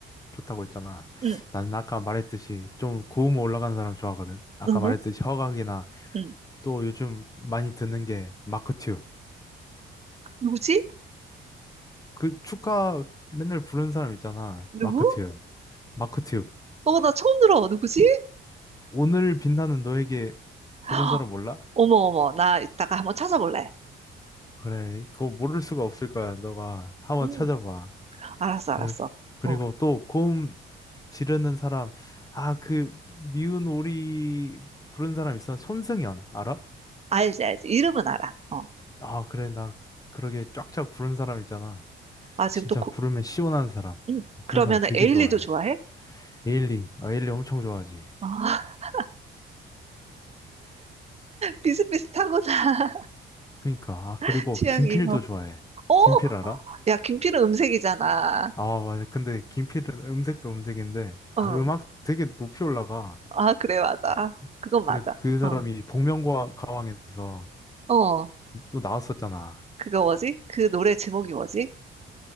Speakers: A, on the left; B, on the right.
A: 좋다고 했잖아.
B: 응,
A: 나는 아까 말했듯이 좀 고음 올라간 사람 좋아하거든. 아까
B: 응?
A: 말했듯이
B: 응.
A: 허각이나
B: 응.
A: 또 요즘 많이 듣는 게 마크 튜.
B: 누구지?
A: 그 축가 맨날 부르는 사람 있잖아.
B: 누구?
A: 마크튜브. 마크튜브.
B: 어, 나 처음 들어. 누구지?
A: 오늘 빛나는 너에게
B: <gasps>
A: 부른 사람 몰라?
B: 어머, 어머. 나 이따가 한번 찾아볼래.
A: 그래. 그거 모를 수가 없을 거야. 너가 한번
B: 음,
A: 찾아봐.
B: 알았어,
A: 그래서
B: 알았어.
A: 그리고
B: 어,
A: 또 고음 지르는 사람 아, 그 미운 오리 부른 사람 있어. 손승연 알아?
B: 알지, 알지. 이름은 알아. 어.
A: 아, 그래. 나 그러게 쫙쫙 부른 사람 있잖아.
B: 아, 지금
A: 진짜
B: 또, 고,
A: 부르면 시원한 사람.
B: 음,
A: 어, 그런
B: 그러면은
A: 사람 되게
B: 에일리도
A: 좋아해.
B: 좋아해?
A: 에일리. 아, 에일리 엄청 좋아하지.
B: 아, <laughs> 비슷비슷하구나.
A: 그러니까 아
B: <laughs>
A: 그리고
B: 취향이.
A: 김필도
B: 어,
A: 좋아해.
B: 어?
A: 김필 알아?
B: 야, 김필은 음색이잖아.
A: 아 맞아. 근데 김필은 음색도 음색인데
B: 어.
A: 아 음악 되게 높이 올라가.
B: 아, 그래, 맞아.
A: 그-
B: 그건 맞아.
A: 그래 그 사람이
B: 어.
A: 복면가왕 가왕에서
B: 어,
A: 또 나왔었잖아.
B: 그거 뭐지? 그 노래 제목이 뭐지?